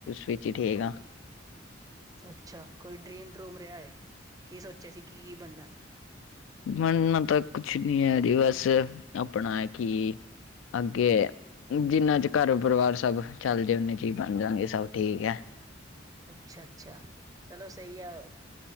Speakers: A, on the left (about 80°); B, on the right (about 20°).
A: ਵਿੱਚ ਹੀ ਠੀਕ ਆ।
B: ਅੱਛਾ ਕੋਈ ਡਰੀਮ ਡਰੂਮ ਰਿਹਾ ਹੈ ਕਿ ਸੋਚਿਆ ਸੀ ਕੀ ਕੀ ਬਣਨਾ?
A: ਮੰਨਣਾ ਤਾਂ ਕੁਛ ਨੀ ਹੈ ਜੀ ਬਸ ਆਪਣਾ ਕੀ ਅੱਗੇ ਜਿੰਨਾ ਚ ਘਰ ਪਰਿਵਾਰ ਸਭ ਚੱਲ ਜਾ ਨਾ ਚ ਹੀ ਬਣ ਜਾਗੇ ਸਭ ਠੀਕ ਹੈ।
B: ਅੱਛਾ-ਅੱਛਾ ਚਲੋ ਸਹੀ ਹੈ।